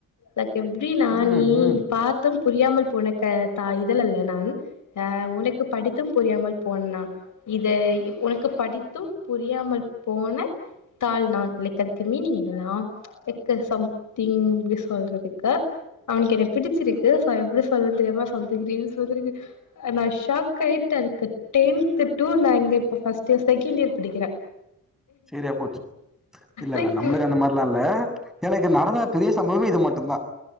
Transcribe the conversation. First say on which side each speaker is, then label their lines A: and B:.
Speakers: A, on the left (about 60°); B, in the centre.
A: லைக பி நா
B: ம்
A: நீ
B: ம்
A: பாத்தும் புரியாமல் போன க த இதுவல்ல நான் அ உனக்கு படித்தும் புரியாமல் போனனா இத உனக்கு படித்தும் புரியாமல் போன தாள் நான் ஒழுக்கத்து மீனிங் எல்லாம் க்க சம்திங் எப்டி சொல்றதுக்கு அவனுக்கு என்ன பிடிச்சிருக்கு சோ எப்டி சொல்லன் தெரியாம சம்திங் ரீல்ஸ் வந்துருக்கு நா ஷாக்காய்ட்ட அதுக்கு டென்து டு நா இங்க இப்ப ஃபர்ஸ்ட் இய செகண்ட் இயர் படிக்கிற
B: சரியா போச்சு இல்ல
A: லைக்
B: இல்ல நம்மளுக்கு அந்த மாரில்லா இல்ல எனக்கு நடந்த பெரிய சம்பவமே இது மட்டுந்தா